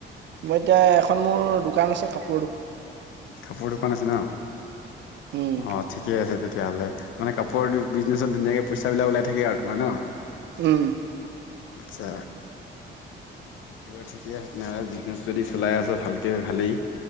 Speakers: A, on the right; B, on the left.
A: মই এতিয়া এখন মোৰ দোকান আছে কাপ
B: কাপোৰৰ দোকান আছে ন'
A: উম
B: অঁ ঠিকে আছে তেতিয়াহ'লে। মানে কাপোৰৰ বিজনেছত ধুনীয়াকে পইচাবিলাক ওলাই থাকে আৰু তোমাৰ ন।
A: উম।
B: আচ্ছা। দিয়া ঠিকে আছে তেনেহলে বিজনেছ যদি চলাই আছা ভালকে ভালেই,